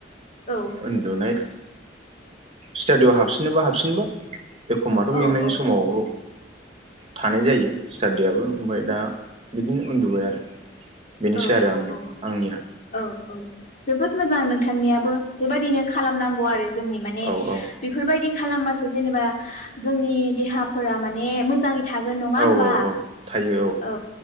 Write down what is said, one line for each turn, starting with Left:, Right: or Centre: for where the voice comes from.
Left: औ
Right: उन्दुनाय स्टाडियाव हाबसिनोबा हाबसिनबा एखमबाथ'
Left: औ
Right: मेंनायनि समाव थानाय जायो स्टाडियाबो ओमफ्राय दा बिदिनो उन्दुबाय आरो बेनोसै
Left: औ औ
Right: आरो आंनि
Left: औ
Right: आंनिया
Left: औ औ जोबोद मोजां नोंथांनियाबो बेबायदिनो खालामनांगौ आरो जोंनि माने
Right: औ औ
Left: बेफोरबायदि खालामबासो जेनेबा जोंनि देहाफोरा माने मोजाङै थागोन नङा
Right: औ
Left: होमबा
Right: औ औ थायो
Left: औ